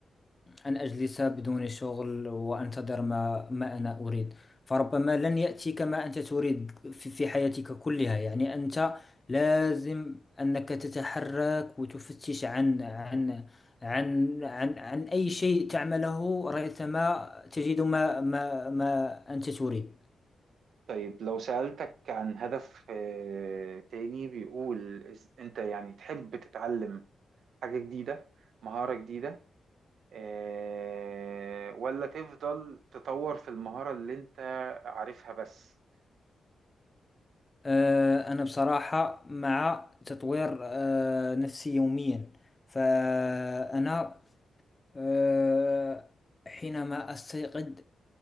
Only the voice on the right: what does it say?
طيب لو سألتك عن هدف آه، تاني بيقول إز- أنت يعني تحب تتعلم حاجة جديدة مهارة جديدة آه، ولا تفضل تطور في المهارة اللي انت عارفها بس